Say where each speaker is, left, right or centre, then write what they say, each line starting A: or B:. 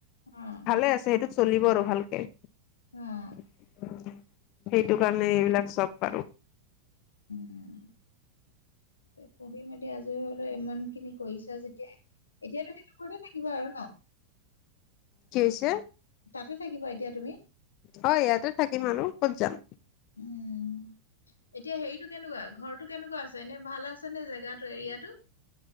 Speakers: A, on the left; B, on the left.
A: অ'
B: ভালে আছে, সেইটোত চলিব আৰু ভালকে।
A: উম,
B: সেইটো কাৰণে, এইবিলাক চব পাৰো।
A: উম, উম, পঢ়ি মেলি আজৰি হ'লেও ইমান খিনি কৰিছা যেতিয়া, এতিয়াতো সেইটো ঘৰতে থাকিবা আৰু ন?
B: কি হৈছে?
A: তাতে থাকিবা, এতিয়া তুমি?
B: হয়, ইয়াতে থাকিম আৰু ক'ত যাম।
A: উম, এতিয়া হেৰিটো কেনেকুৱা? ঘৰটো কেনেকুৱা আছে, এনে ভাল আছেনে জেগাটো এৰিয়াটো?